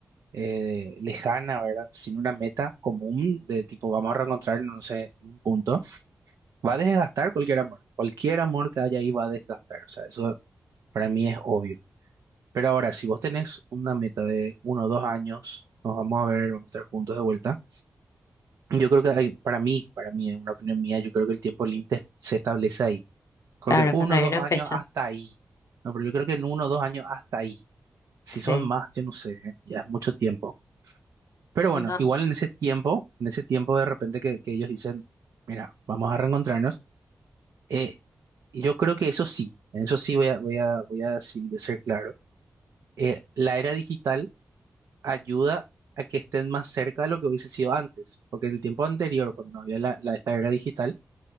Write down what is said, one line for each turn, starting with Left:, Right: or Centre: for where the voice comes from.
Right: eh, lejana, ¿verdad? Sin una meta común de tipo vamos a reencontrarnos, no sé, en un punto, va a desgastar cualquier amor. Cualquier amor que haya ahí va a desgastar. O sea, eso para mí es obvio. Pero ahora, si vos tenés una meta de uno o dos años, nos vamos a ver, vamos a estar juntos de vuelta. Yo creo que hay- para mí, para mí, en una opinión mía, yo creo que el tiempo límite se establece ahí Creo
Left: Claro,
Right: que uno
Left: cuando hay
Right: o dos
Left: una
Right: años
Left: fecha.
Right: hasta ahí. No, pero yo creo que en uno o dos años hasta ahí. Si
Left: Sí.
Right: son más, yo no sé, ¿eh? Ya es mucho tiempo. Pero bueno,
Left: No,
Right: igual en ese tiempo, en ese tiempo de repente que, que ellos dicen, mira, vamos a reencontrarnos, eh, yo creo que eso sí, en eso sí voy a, voy a, voy a decir, voy a ser claro, eh, la era digital ayuda a que estén más cerca de lo que hubiese sido antes, porque en el tiempo anterior, cuando no había la, la- esta era digital,